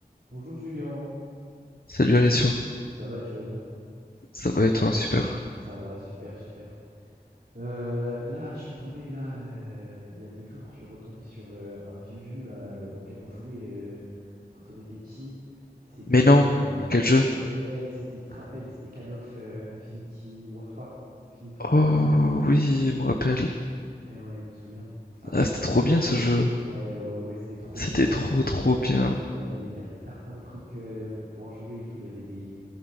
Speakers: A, on the right; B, on the left.
A: Bonjour Julien,
B: Salut Alessio,
A: ça va, tu vas bien?
B: ça va et toi? Super.
A: Ça va, super, super. Euh, là, je suis tombé, là, euh, il y a deux jours, je suis retombé sur euh, un vieux jeu là, auquel on jouait euh, quand on était petit. C'était,
B: Mais non,
A: euh,
B: quel jeu?
A: eh ouais, c'était, tu te rappelles, c'était Call of euh, Infinity Warfare. Infinite Warfare.
B: Oh oui, il me rappelle.
A: Eh ouais, tu te souviens? Ah, c'était
B: Ah, c'était
A: trop.
B: trop bien ce jeu.
A: Ouais, ouais, ouais, c'était trop
B: C'était
A: bien. Il
B: trop
A: y avait,
B: trop bien.
A: il y avait, il y avait tarbin de trucs euh, pour pouvoir jouer et tout. Il y avait des,